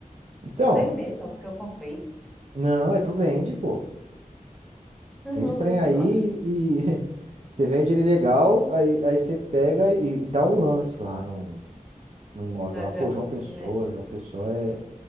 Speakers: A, on the right (about 55°); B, in the centre.
A: então.
B: É seis meses, que eu comprei.
A: Não, é tu vende, pô.
B: Não,
A: Vende
B: mas eu
A: o trem
B: gosto
A: aí
B: de ir lá.
A: e. <laughs> Você vende ele legal, aí, aí você pega e, e dá um lance lá no. no imóvel
B: Na
A: lá.
B: de
A: Pô,
B: Jacum...
A: João Pessoa,
B: né?
A: João Pessoa é.